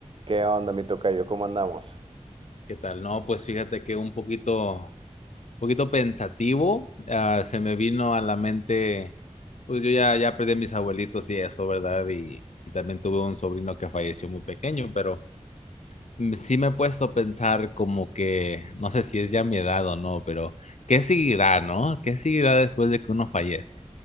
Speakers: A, on the right; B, on the left.
A: ¿Qué onda, mi tocayo? ¿Cómo andamos?
B: ¿Qué tal? No, pues fíjate que un poquito, poquito pensativo, ah, se me vino a la mente, pues yo ya, ya perdí a mis abuelitos y eso, ¿verdad? Y, y también tuve un sobrino que falleció muy pequeño, pero m- sí me he puesto a pensar como que, no sé si es ya mi edad o no, pero ¿qué seguirá, no? ¿Qué seguirá después de que uno fallece?